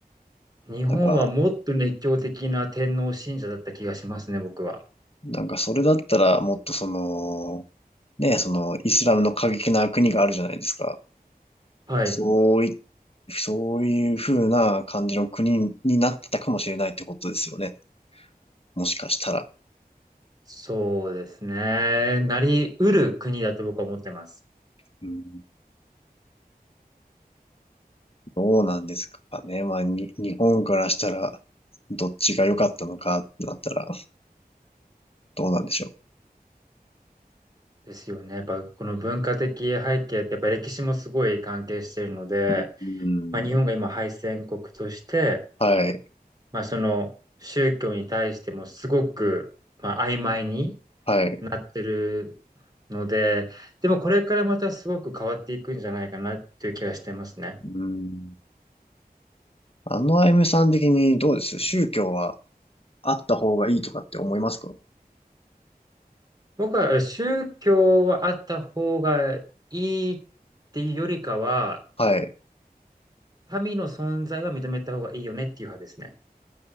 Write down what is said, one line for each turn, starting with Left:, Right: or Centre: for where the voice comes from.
Right: 日本はもっと熱狂的な天皇信者だった気がしますね、
Left: なんか、
Right: 僕は。
Left: なんかそれだったらもっとその、ね、そのイスラムの過激な国があるじゃないですか。
Right: はい。
Left: そうい、そういう風な感じの国になってたかもしれないってことですよね。もしかしたら。
Right: そうですね。なりうる国だと僕は思ってます。
Left: うん、どうなんですかね。まあ、に、日本からしたら、どっちが良かったのかってなったら、どうなんでしょ
Right: ですよね。やっぱこの文化的背景ってやっぱ歴史もすごい関係しているので、
Left: う。うん、
Right: まあ、日本が今敗戦国として、
Left: はい、
Right: まあ、その宗教に対してもすごく、まあ、曖昧に
Left: はい。
Right: なってるので、でもこれからまたすごく変わっていくんじゃないかなっていう気がしてますね。
Left: うん、あのあゆむさん的にどうです宗教はあった方がいいとかって思いますか
Right: 僕は宗教はあった方がいいっていうよりかは、
Left: はい。
Right: 神の存在は認めた方がいいよねっていう派ですね。